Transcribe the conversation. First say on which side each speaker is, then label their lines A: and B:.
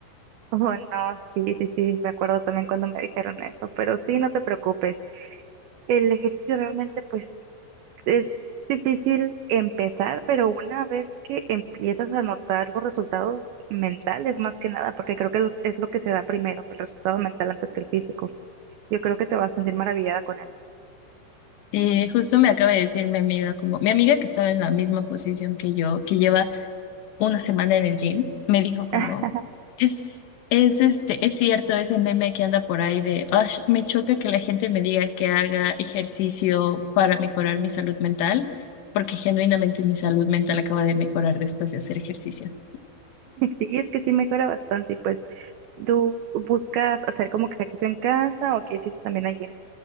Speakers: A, on the right (about 80°); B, on the left (about 75°).
A: Oh, no, sí, sí, sí, me acuerdo también cuando me dijeron eso, pero sí, no te preocupes. El ejercicio realmente, pues, es difícil empezar, pero una vez que empiezas a notar los resultados mentales, más que nada, porque creo que los- es lo que se da primero, el resultado mental antes que el físico. Yo creo que te vas a sentir maravillada con él.
B: Sí, justo me acaba de decir mi amiga, como mi amiga que estaba en la misma posición que yo, que lleva una semana en el gym, me dijo como,
A: <laughs>
B: es, es este, es cierto ese meme que anda por ahí de, "Ash, me choca que la gente me diga que haga ejercicio para mejorar mi salud mental, porque genuinamente mi salud mental acaba de mejorar después de hacer ejercicio.
A: Sí, es que sí mejora bastante, y pues, ¿tú buscas hacer como que ejercicio en casa o quieres ir también allí?